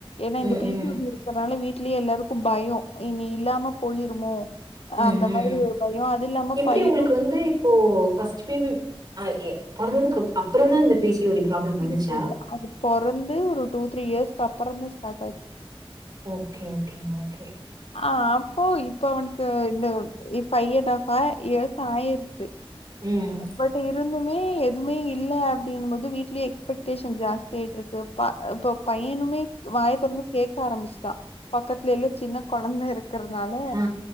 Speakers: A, on the left; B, on the right.
A: ஏன்னா இந்த
B: ம்,
A: பீஸ்
B: ம்.
A: பி சி ஓடி இருக்கறனால வீட்லயே எல்லாருக்கு பயோ இனி இல்லாம போயிருமோ
B: ம்
A: அந்த மாதிரி
B: ம்
A: ஒரு பயோ அது இல்லாம
B: எப்டி
A: பையனு
B: உங்களுக்கு வந்து இப்போ ஃபஸ்ட் பேபி அ எ பொறந்ததுக்கு அப்புறோந்தா அந்த பிசியோடி ப்ராப்ளம்
A: பி
B: வந்துச்சா
A: சி ஓ டி அது பொறந்து ஒரு டூ த்ரீ இயர்ஸ்கு அப்புறோப்தா ஸ்டார்ட் ஆயிச்சு
B: ஓக்கே ஓக்கே ஓக்கே
A: ஆ அப்போ இப்ப அவனுக்கு இந்த பைவ் அண்ட் ஹாப் இயர்ஸ் ஆயிருச்சு
B: ம்
A: பட் இருந்துமே எதுவுமே இல்ல அப்படினும் போது வீட்டுலையு எக்ஸ்பெட்டேஷன் ஜாஸ்தி ஆயிட்டு இருக்கு ப இப்ப பையனுமே வாயத்தொரந்து கேட்க ஆரம்பிச்சுட்டா பக்கத்துலெல்லா சின்ன கொழந்த இருக்கு இருக்கிறதுனால
B: ஆ ஆ